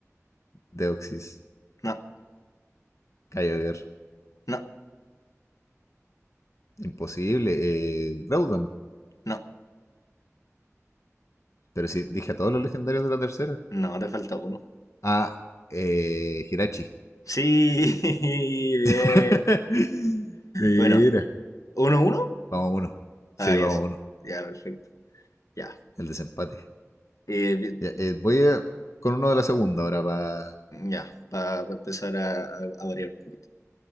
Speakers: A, on the left; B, on the left.
A: Deoxys.
B: no,
A: Kyogre.
B: no,
A: Imposible. Eh, Groudon.
B: no.
A: Pero sí, dije a todos los legendarios de la tercera.
B: No, te falta uno.
A: Ah, eh, Hirachi.
B: Sí, <laughs> bien.
A: <laughs> Mira.
B: Bueno, ¿uno, uno?
A: Vamos a uno. Sí,
B: Ah,
A: vamos
B: ya sí.
A: a uno.
B: Ya, perfecto. Ya.
A: El desempate.
B: Eh, bien,
A: Ya, eh, voy a- con uno de la segunda ahora para...
B: ya, para empezar a, a- a variar un poquito.